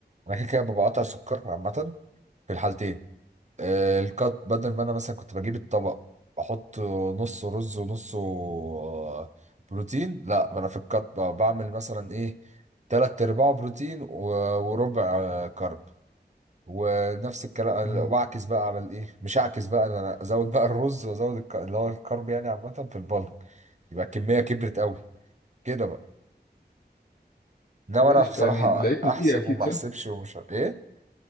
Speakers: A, on the right; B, on the left.
A: انا كده كده بقطع سكر عامه في الحالتين آه القط بدل ما انا مثلا كنت بجيب الطبق احط نص رز ونص آه، بروتين لا انا في القط ب- بعمل مثلا ايه تلات ارباع بروتين و- وربع آه، كرب ونفس الكلام
B: امم
A: واعكس بقى على الايه مش اعكس بقى انا ازود بقى الرز وازود الك- اللي هو الكرب يعني عامه في البلك يبقى الكميه كبرت قوي كده بقى انما
B: قشطة
A: انا بصراحه
B: يعني لقيت
A: احسب
B: نتيجة أكيد
A: وما
B: صح؟
A: احسبش ومش ع- ايه